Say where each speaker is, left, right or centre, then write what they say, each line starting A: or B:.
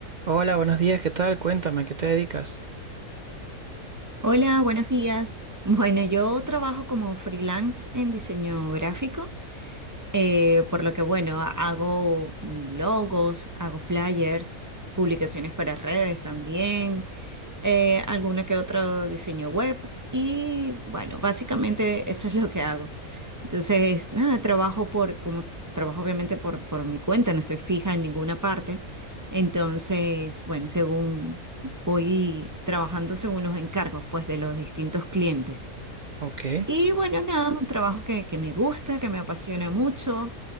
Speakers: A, on the right; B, on the right.
A: Hola, buenos días, ¿qué tal? Cuéntame, ¿a qué te dedicas?
B: Hola, buenos días. <laughs> Bueno, yo trabajo como freelance en diseño gráfico, eh, por lo que bueno, hago logos, hago flyers, publicaciones para redes también, eh, alguna que otro diseño web y bueno, básicamente eso es lo que hago. Entonces, nada, trabajo por, como trabajo obviamente por, por mi cuenta, no estoy fija en ninguna parte, entonces, bueno, según voy trabajando según los encargos, pues, de los distintos clientes.
A: Ok,
B: Y bueno, nada, es un trabajo que, que me gusta, que me apasiona mucho